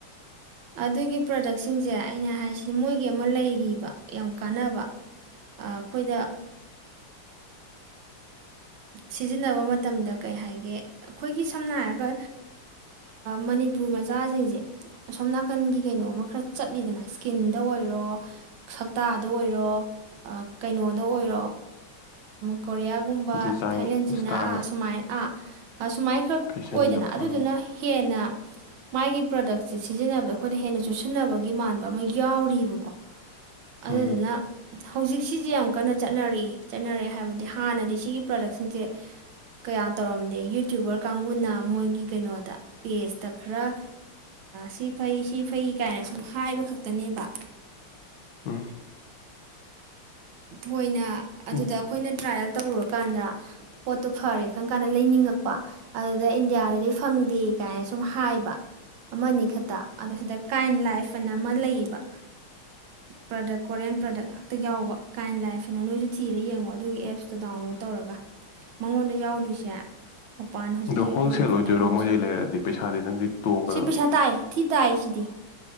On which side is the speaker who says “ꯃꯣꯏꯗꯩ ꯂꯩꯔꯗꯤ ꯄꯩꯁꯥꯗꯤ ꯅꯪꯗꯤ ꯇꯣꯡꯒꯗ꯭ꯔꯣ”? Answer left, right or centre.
Left